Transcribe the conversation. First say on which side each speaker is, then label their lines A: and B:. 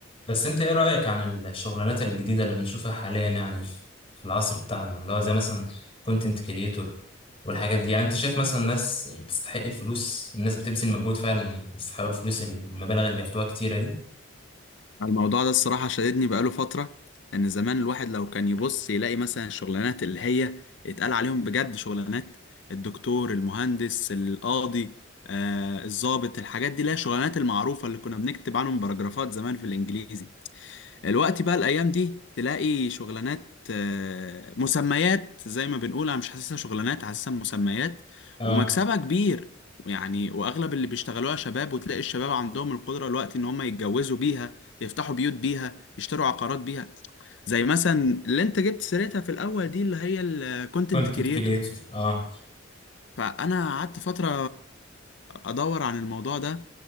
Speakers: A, on the left; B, on the left.
A: بس انت ايه رأيك عن الشغلانات الجديدة اللي بنشوفها حاليا يعني في في العصر بتاعنا اللي هو زي مثلا كونتنت كريتور والحاجات دي يعني انت شايف مثلا ناس تستحق الفلوس الناس بتبذل مجهود فعلا يستحقوا الفلوس المبالغ اللي بياخدوها كتيرة دي
B: الموضوع ده الصراحة شددني بقاله فترة إن زمان الواحد لو كان يبص يلاقي مثلا الشغلانات اللي هي اتقال عليهم بجد شغلانات الدكتور المهندس القاضي آه الضابط الحاجات دي اللي هي الشغلانات المعروفة اللي كنا بنكتب عنهم باراجرافات زمان في الإنجليزي الوقت بقى الايام دي تلاقي شغلانات آه، مسميات زي ما بنقول انا مش حاسسها شغلانات حاسسها مسميات
A: اه
B: ومكسبها كبير يعني واغلب اللي بيشتغلوها شباب وتلاقي الشباب عندهم القدره الوقت ان هم يتجوزوا بيها يفتحوا بيوت بيها يشتروا عقارات بيها زي مثلا اللي انت جبت سيرتها في الاول دي اللي هي الكونتنت
A: كونتنت
B: كريتور
A: كريتور اه
B: فانا قعدت فتره ادور عن الموضوع ده